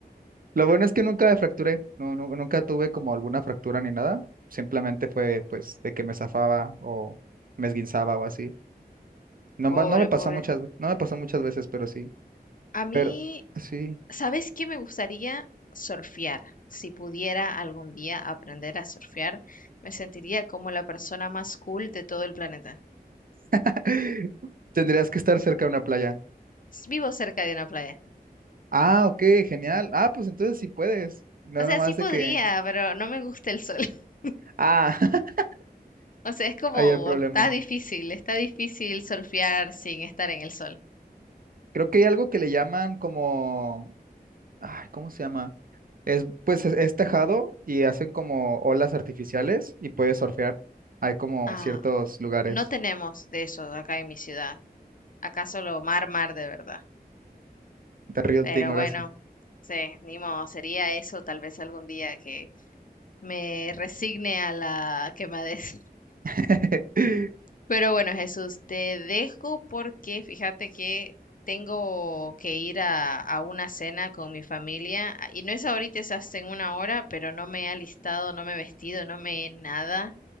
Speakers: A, on the right (about 60°); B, on the left (about 55°).
A: Lo bueno es que nunca fracturé, no, nu- nunca tuve como alguna fractura ni nada. Simplemente fue pues de que me zafaba o me esguinzaba o así. No,
B: Pobre,
A: ma- no me pasó
B: pobre.
A: muchas, ve- no me pasó muchas veces, pero sí.
B: A mí
A: Pero sí.
B: ¿Sabes qué me gustaría? Surfear. Si pudiera algún día aprender a surfear, me sentiría como la persona más cool de todo el planeta.
A: <laughs> Tendrías que estar cerca de una playa.
B: S- Vivo cerca de una playa.
A: Ah, ok, genial. Ah, pues entonces sí puedes. No
B: O
A: nada
B: sea,
A: más
B: sí podría,
A: de que.
B: pero no me gusta el sol. <laughs>
A: Ah, <laughs>
B: O sea, es como,
A: ahí el problema.
B: está difícil, está difícil surfear sin estar en el sol.
A: Creo que hay algo que le llaman como. Ay, ¿cómo se llama? Es, pues es, es tejado y hacen como olas artificiales y puedes surfear. Hay como
B: Ah,
A: ciertos lugares
B: no tenemos de eso acá en mi ciudad. Acá solo mar, mar de verdad.
A: de real
B: Pero
A: thing ahora
B: bueno,
A: sí.
B: sí, ni modo, sería eso tal vez algún día que me resigne a la quemadez.
A: <laughs>
B: Pero bueno, Jesús, te dejo porque fíjate que tengo que ir a, a una cena con mi familia a- y no es ahorita, es hasta en una hora, pero no me he alistado, no me he vestido, no me he nada